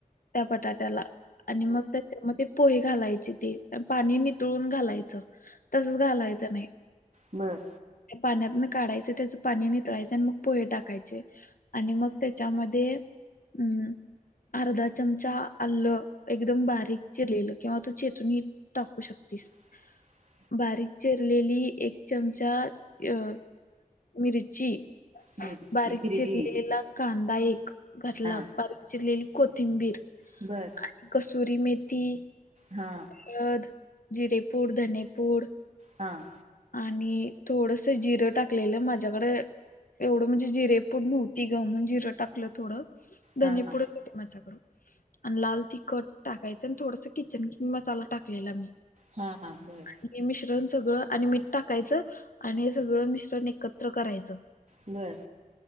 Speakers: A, on the left; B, on the right.
A: त्या बटाट्याला, आणि मग त्यामध्ये, पोहे घालायचे ते पाणी नितळून घालायचं, तसच घालायचं नाही.
B: बरं,
A: पाण्यातन काढायचं, त्याचं पाणी नितळायचं, आणि मग पोहे टाकायचे. आणि मग, त्याच्यामध्ये अम् अर्धा चमचा अल्लं, एकदम बारीक चिरलेलं किंवा तो चेचून टाकू शकतीस.
B: <inaudible>
A: बारीक चिरलेली, एक चमचा अ मिरची,
B: मिरची
A: बारीक
B: हिरवी
A: चिरलेला कांदा एक. घातला,
B: हा
A: बारीक चिरलेली कोथिंबीर.
B: बरं,
A: आणि, कसुरी मेथी,
B: हा,
A: हळद, जिरेपूड, धनेपूड,
B: हां,
A: आणि थोडस, जिरं टाकलेलं माझ्याकडे एवढं म्हणजे, जिरेपूड नव्हती ग म्हणून जिरं टाकलं थोडं, धनेपुड,
B: हा हा
A: येते, माझ्याकडे आणि, लाल तीखट टाकायचं, आणि थोडस किचन किंग मसाला टाकलेला मी.
B: हा, हा, बर,
A: हे मिश्रण सगळं, आणि मीठ टाकायचं, आणि हे सगळं मिश्रण एकत्र करायचं.
B: बरं,